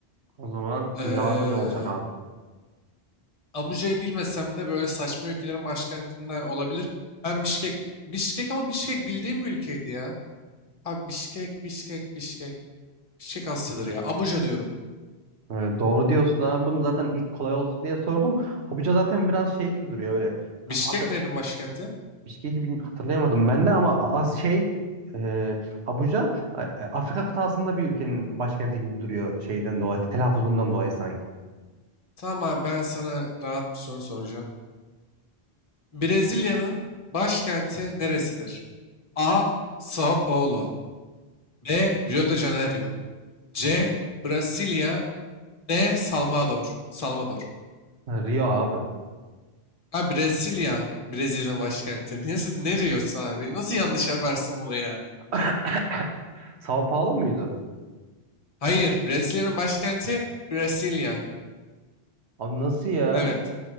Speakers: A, on the right (about 85°); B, on the left (about 35°).
A: O zaman
B: Ee,
A: cevabı ne olacak abi?
B: Abuja'yı bilmesem de böyle saçma ülkelerin başkentinden olabilir. Ben Bişkek, Bişkek ama Bişkek bildiğim bir ülkeydi ya. Abi Bişkek, Bişkek, Bişkek. Bişkek Asya'dır ya. Abuja diyorum.
A: Ee, doğru diyorsun abi. Bunu zaten ilk kolay olsun diye sordum. Abuja zaten biraz şey gibi duruyor öyle.
B: Bişkek
A: Af-
B: nerenin başkenti?
A: Bişkek gibi hatırlayamadım ben de ama az şey e, Abuja e, Afrika kıtasında bir ülkenin başkenti gibi duruyor şeyden dolayı, telaffuzundan dolayı sanki.
B: Tamam abi ben sana rahat bir soru soracağım. Brezilya'nın başkenti neresidir? A. Sao Paulo B. Rio de Janeiro C. Brasilia D. Salvador. Salvador.
A: Ha, Rio abi.
B: Ha Brezilya. Brezilya'nın başkenti. Niye siz ne diyorsun abi? Nasıl yanlış yaparsın bunu ya?
A: <coughs> <laughs> Sao Paulo muydu?
B: Hayır. Brezilya'nın başkenti Brezilya.
A: Abi nasıl ya?
B: Evet.